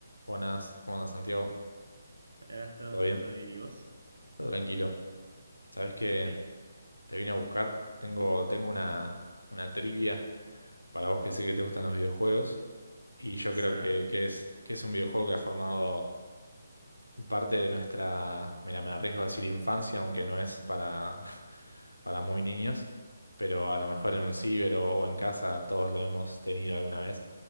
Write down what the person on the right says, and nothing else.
Hola Gastón,
¿todo bien? ¿Y vos?
Perfecto.
Esa.